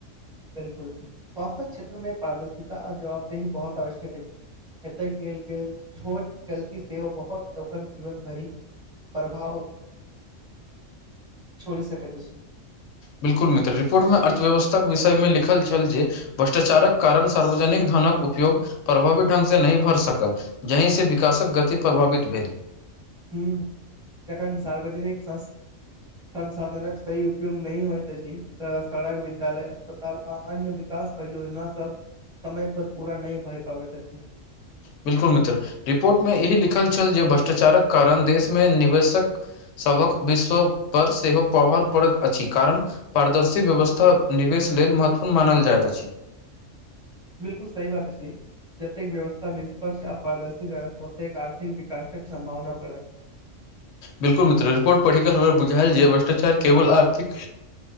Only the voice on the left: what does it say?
बिल्कूल मित्र रिपोर्ट मे अर्थव्यवस्थाक विषयमे लिखल छल जे भ्रष्टाचारक कारण सार्वजनिक धनक उपयोग। प्रभावित ढंग से नहि भर सकल जहि से विकासक गति प्रभावित भेल
बिल्कूल मित्र रिपोर्ट मे एहि लिखल छल। जे भ्रष्टाचारक कारण देशमे निवेशक सभक विश्व पर सेहो प्रभाव पड़ैत अछि। कारण पारदर्शी व्यवस्था निवेश लेल महत्वपूर्ण मानल जाइत अछि।
बिल्कुल मित्र रिपोर्ट पढ़िकऽ हमर बुझायल जे भ्रष्टाचार केवल आर्थिक